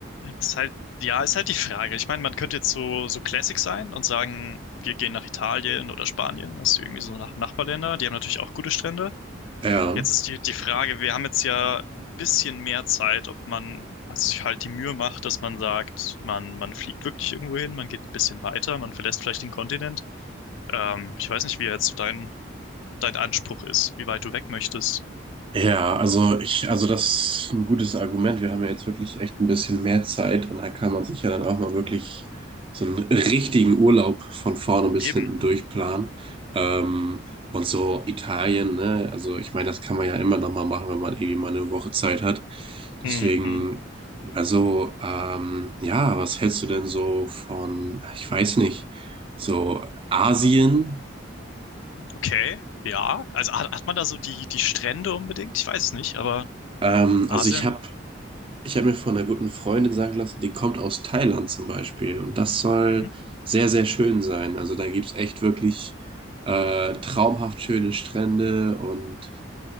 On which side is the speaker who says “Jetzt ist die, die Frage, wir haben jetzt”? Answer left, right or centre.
Left